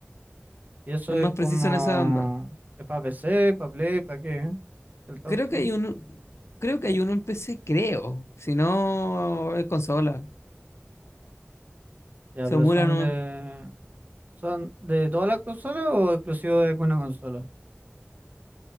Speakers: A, on the right; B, on the left.
A: Y eso
B: Es más
A: es
B: preciso
A: como.
B: en esa onda.
A: Es para PC, para Play, ¿para qué? eh? El Top
B: Creo
A: Spin.
B: que hay uno, creo que hay uno en PC, creo. Si no, es consola.
A: Ya,
B: Se
A: pero
B: emula
A: son
B: nomás.
A: de. ¿Son de todas las consolas o exclusivo de alguna consola?